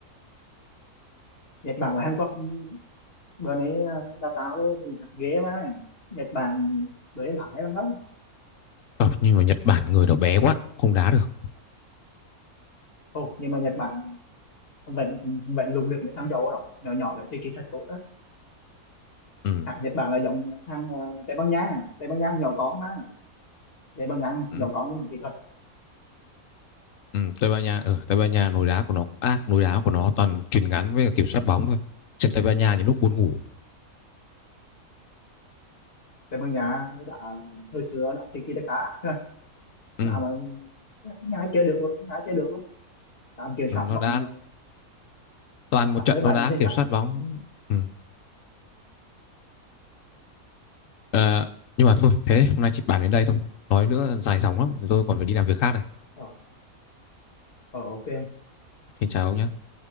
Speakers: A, on the left; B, on the left.
A: Nhật Bản và Hàn Quốc ừ, bữa nay ờ, đào tạo luôn ghế mà Nhật Bản bữa nay đã hay lắm đó
B: Ờ, nhưng mà Nhật Bản người nó bé quá không đá được
A: Ồ, nhưng mà Nhật Bản vẫn vẫn lùng được mấy thằng châu Âu đó nhỏ nhỏ đấy chơi kỹ thuật tốt đó
B: ừ.
A: hạng Nhật Bản là giống thằng ờ, Tây Ban Nha Tây Ban Nha nhỏ có mà Tây Ban Nha
B: Ừ.
A: nhỏ có nhưng mà kỹ thuật
B: Ừ. Tây Ban Nha ở Tây Ban Nha nối đá của nó cũng ác nối đá của nó toàn chuyền ngắn với cả kiểm soát bóng thôi trên Tây Ban Nha những lúc buồn ngủ
A: Tây Ban Nha đã hồi xưa đã tiki taka ác, <laughs>
B: ừ.
A: đã mà Nga chơi được luôn Nga chơi được luôn tạm kiểm
B: nó
A: soát bóng
B: đã
A: ờ,
B: toàn
A: sáu
B: một trận
A: mươi
B: nó
A: bảy
B: đã
A: mươi phần
B: kiểm
A: trăm
B: soát bóng ừ. Ờ, nhưng mà thôi thế hôm nay chị bàn đến đây thôi nói nữa dài dòng lắm tôi còn phải đi làm việc khác đây
A: ờ ờ, ok
B: xin chào ông nhá